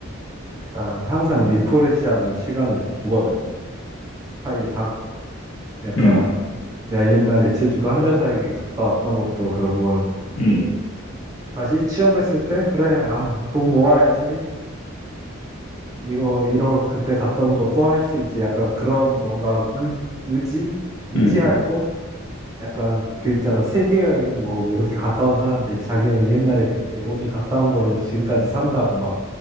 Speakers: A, on the right; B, on the left.
A: 약간 항상 리프레시하는 시간을 주거든. 사이상
B: 음음음음음음음음 그치
A: 약간
B: 음, 음. 음,
A: 내가 옛날에 제주도 한 달 살기 갔다 왔던 것도 결국은
B: 음,
A: 다시 취업했을 때 그래 아 돈 모아야지 이거 이러 그때 갔던 거 또 할 수 있지 약간 그런 뭔가 의, 의지 의지할
B: 음.
A: 곳 약간 그 있잖아 세계 여행 뭐 이렇게 갔다 온 사람들이 자기는 옛날에 그때 어디 갔다 온 걸로 지금까지 산다고 막